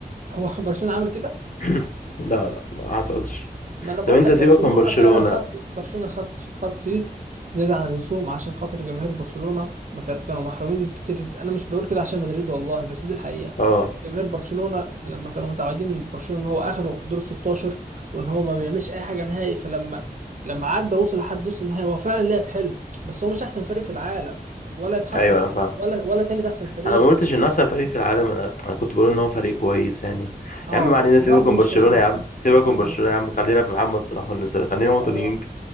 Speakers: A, on the right; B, on the left.
A: هو <laughs> برشلونه عامل كده
B: <clears throat> لا لا ما حصلش
A: ما انا بقول
B: طب انت
A: لك
B: سيبك
A: برشلونه
B: من برشلونه
A: فعلا خط برشلونه خط خط صيت زيادة عن اللزوم عشان خاطر جماهير برشلونة ما كان- كانوا محرومين كتير ز- أنا مش بقول كده عشان مدريد والله بس دي الحقيقة
B: اه
A: جماهير برشلونة لما كانوا متعودين من برشلونة إن هو آخره دور 16 وإن هو ما بيعملش أي حاجة نهائي فلما لما عدى وصل لحد نص النهائي هو فعلا لعب حلو بس هو مش أحسن فريق في العالم ولا يتحط
B: ايوه انا فاهم
A: ولا ولا تالت أحسن فريق
B: انا ما قلتش انه احسن فريق في العالم انا انا كنت بقول ان هو فريق كويس يعني
A: أه
B: يا عم
A: وبرضه
B: ما علينا سيبك من برشلونه
A: مش مشروع
B: يا عم سيبك
A: وبرضه
B: من برشلونه
A: مش مشروع
B: يا عم خلينا في محمد صلاح والنساء خلينا وطنيين
A: أه